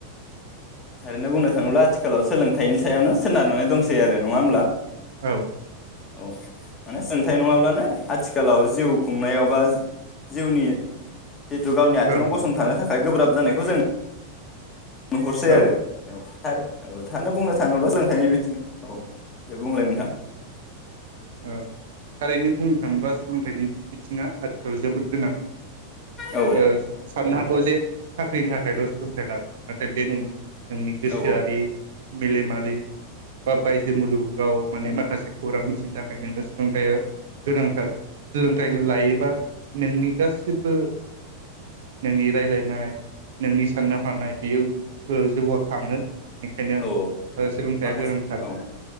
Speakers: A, on the left (about 20°); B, on the right (about 55°).
A: थारैनो बुंनो थाङोब्ला आथिखालाव सोलों थाइनि सायावनो सोनारनानै दंसै आरो नङा होमब्ला?
B: औ
A: औ माने सोलों थाय नङाब्लानो आथिखालाव जिउ खुंनायाव बा जिउनि जिहुतु गावनि आथिङाव
B: औ
A: गसंथानो थाखाय गोब्राब जानायखौ जों नुहरसै
B: औ
A: आरो औ औ थारैनो बुंनो थाङोब्ला सोलोंथाइनि बिथिंआव। औ दे बुंलाय नोंथां।
B: औ थारैनो बुंनो थाङोबा सोलोंथाइनि बिथिङा आथिखालाव जोबोद गोनां।
A: औ
B: ओ साननो जे साख्रिनि थाखायल सोलोंथाइ लानांगौ नाथाय बे नङा। जोंनि गोसोआरि
A: औ
B: मेलेमारि बा बायजो मुलुगाव माने माखासे खौरां मिथिनो थाखाय। नोङो सोलोंथायाइया गोनांथार सोलोंथाइ लायोबा नोंनि गासिबो नोंनि रायलायनाय नोंनि साननो हानाय बेयो जौगाखाङो। बेनिखायनो
A: औ औ
B: सोलोंथाइया
A: माखासे
B: गोनांथार
A: औ